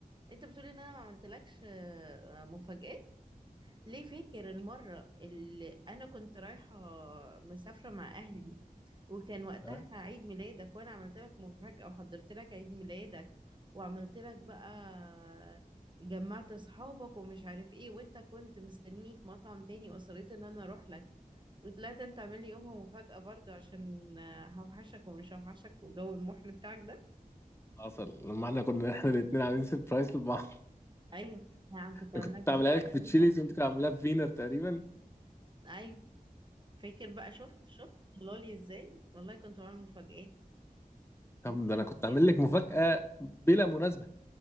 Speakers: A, on the right; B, on the left.
A: انت بتقولي ان انا ما عملتلكش آه، مفاجآت ليه فاكر المرة اللي أنا كنت رايحة مسافرة مع أهلي وكان وقتها
B: ها؟
A: عيد ميلادك وأنا عملت لك مفاجأة وحضرت لك عيد ميلادك وعملت لك بقى جمعت أصحابك ومش عارف إيه وأنت كنت مستنيني في مطعم تاني وأصريت إن أنا أروح لك وطلعت أنت عامل لي يومها مفاجأة برضو عشان هوحشك ومش هوحشك وجو المحن بتاعك ده
B: حصل لما احنا كنا احنا الاثنين عاملين سربرايز لبعض
A: أيوه نعم كنت عامل
B: أنا كنت
A: لك مفاجأة
B: عاملها لك في تشيليز
A: مش عارف
B: وانت كنت عاملاها في فينر تقريبا
A: أيوه فاكر بقى شفت شفت طلع لي ازاي والله كنت بعمل مفاجآت
B: طب
A: انت
B: ده انا
A: عارف-
B: كنت عامل لك مفاجأة بلا مناسبة